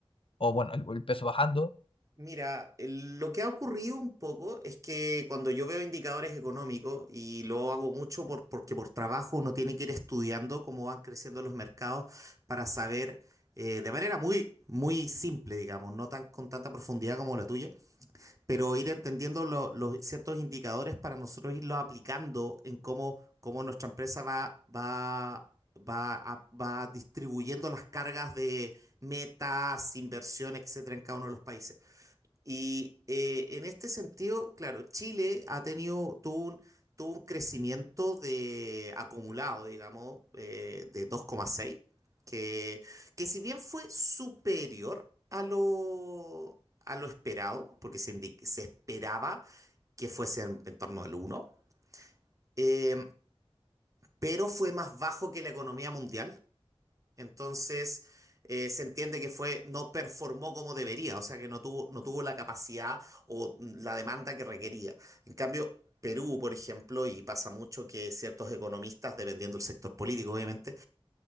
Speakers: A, on the left; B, on the right.
A: o bueno, el, el peso bajando.
B: Mira, el- lo que ha ocurrido un poco es que cuando yo veo indicadores económicos, y lo hago mucho por, porque por trabajo uno tiene que ir estudiando cómo van creciendo los mercados para saber eh, de manera muy, muy simple, digamos, no tan con tanta profundidad como la tuya, pero ir entendiendo lo- los ciertos indicadores para nosotros irlos aplicando en cómo, cómo nuestra empresa va, va, va, a- va distribuyendo las cargas de metas, inversión, etcétera, en cada uno de los países. Y eh, en este sentido, claro, Chile ha tenido, tuvo un, tuvo un crecimiento de acumulado, digamos, eh, de dos coma seis que, que si bien fue superior a lo, a lo esperado, porque se, indi- se esperaba que fuese en, en torno al uno eh, pero fue más bajo que la economía mundial, entonces, eh, se entiende que fue, no performó como debería, o sea que no tuvo, no tuvo la capacidad o la demanda que requería. En cambio, Perú, por ejemplo, y pasa mucho que ciertos economistas, dependiendo del sector político, obviamente,